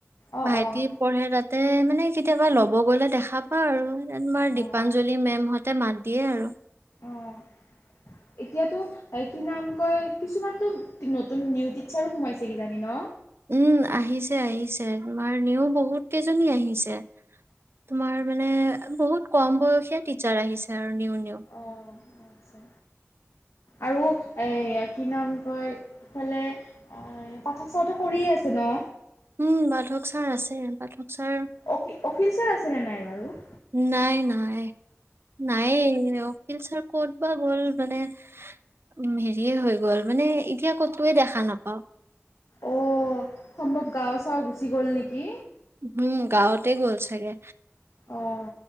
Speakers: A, on the left; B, on the right.
A: অঁ
B: ভাইটি
A: অঁ
B: পঢ়ে তাতে মানে কেতিয়াবা ল'ব গ'লে দেখা পাওঁ আৰু তমাৰ
A: অঁ
B: দীপাঞ্জলি মেম হত ততে মাত দিয়ে আৰু
A: অঁ এতিয়াতো কি নাম কয়, কিছুমানতো নতুন নিউ টিটছাৰো সোমাইছে কি জানি ন।
B: উম আহিছে আহিছে তোমাৰ নিও বহুত কেইজনী আহিছে তোমাৰ মানে বহুত কম বয়সীয়া টিচাৰ আহিছে আৰু। নিউ নিউ
A: আহ আচ্ছা। আৰু কি নাম কয় এইফালে পাঠক সাথক কৰিয়ে আছে ন।
B: উম পাঠক ছাৰ আছে পাঠক ছাৰ
A: অ অফিচাৰ আছে নে নাই? আৰু
B: নাই নাই। নাই এই অখিল ছাৰ ক'ত বা গ'ল মানে উ হেৰিয়ে হৈ গ'ল মানে এতিয়া ক'তয়ে দেখা নাপাও।
A: অ সম্ভৱ গাঁও চাও গুচি গ'ল নেকি?
B: উম গাঁৱতে গ'ল চাগে।
A: অঁ